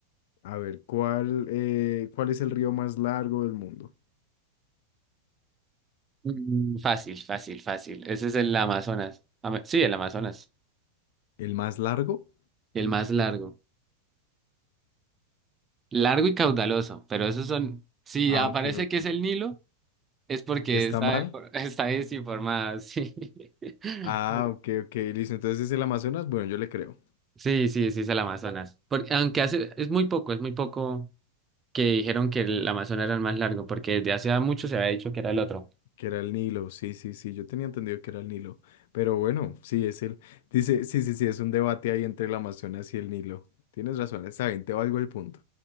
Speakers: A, on the left; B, on the right.
A: A ver, ¿cuál, eh, cuál es el río más largo del mundo?
B: Mm, Fácil, fácil, fácil. Ese es el Amazonas. Ama- Sí, el Amazonas.
A: ¿El más largo?
B: El más largo. Largo y caudaloso, pero esos son... Si
A: Ah,
B: aparece
A: ok, ok.
B: que es el Nilo, es porque
A: ¿Está
B: está,
A: mal?
B: de- <laughs> está desinformada, sí. <laughs>
A: Ah, ok, ok, listo, entonces es el Amazonas, bueno, yo le creo.
B: Sí, sí, sí es el Amazonas. Por- aunque hace, es muy poco, es muy poco que dijeron que el Amazonas era el más largo, porque desde hace mucho se había dicho que era el otro.
A: Que era el Nilo, sí, sí, sí, yo tenía entendido que era el Nilo, pero bueno, sí, es el, dice, sí, sí, sí, es un debate ahí entre el Amazonas y el Nilo. Tienes razón, está bien, te valgo el punto.